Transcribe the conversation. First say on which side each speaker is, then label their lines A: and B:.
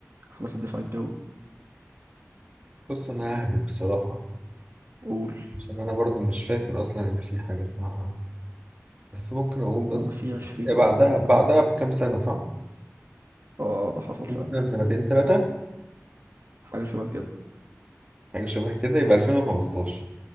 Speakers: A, on the right (about 55°); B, on the right (about 25°).
A: حدث الدفاع الجوي
B: بص أنا ههبط بصراحة
A: قول
B: عشان أنا برضو مش فاكر أصلا إن في حاجة اسمها بس ممكن أقول بس
A: لما في عشرين
B: هي
A: واحد
B: بعدها
A: من الزمالك
B: بعدها بكام سنة صح؟
A: اه ده حصل فعلا
B: مثلا سنتين تلاتة
A: حاجة شبه كده
B: حاجة شبه كده يبقى 2015